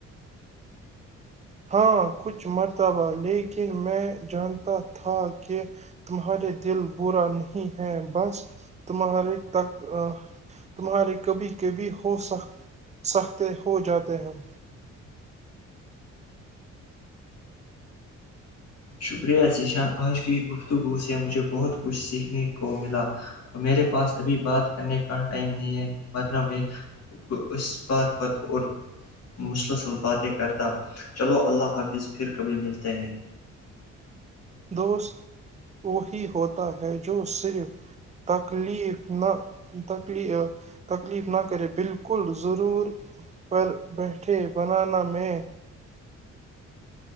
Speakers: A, on the right; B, on the left.
A: ہاں کچھ مرتبہ لیکن میں جانتا تھا کہ تمہارے دل برا نہیں ہے بس تمہارے تک تمہارے کبھی کبھی ہو سک سکتے ہو جاتے ہیں
B: شکریہ ذیشان آج کی گفتگو سے مجھے بہت کچھ سیکھنے کو ملا میرے پاس ابھی بات کرنے کا ٹائم نہیں ہے ورنہ میں اس بات پر اور مسلسل باتیں کرتا چلو اللہ حافظ پھر کبھی ملتے ہیں
A: دوست وہی ہوتا ہے جو صرف تکلیف نہ تکلی تکلیف نہ کرے بالکل ضرور پر بیٹھے بنانا میں